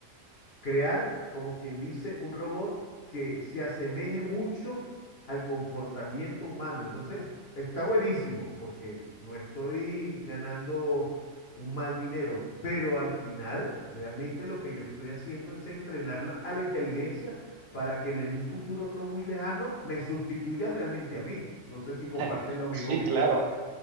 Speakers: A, on the left; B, on the right.
A: crear, como quien dice, un robot que se asemeje mucho al comportamiento humano. Entonces, está buenísimo porque no estoy ganando un mal dinero, pero al final, realmente lo que yo estoy haciendo es entrenar la- a la inteligencia para que en un futuro no muy lejano me sustituya realmente a mí. No sé si comparten
B: <laughs>
A: la misma
B: Sí,
A: opinión.
B: claro.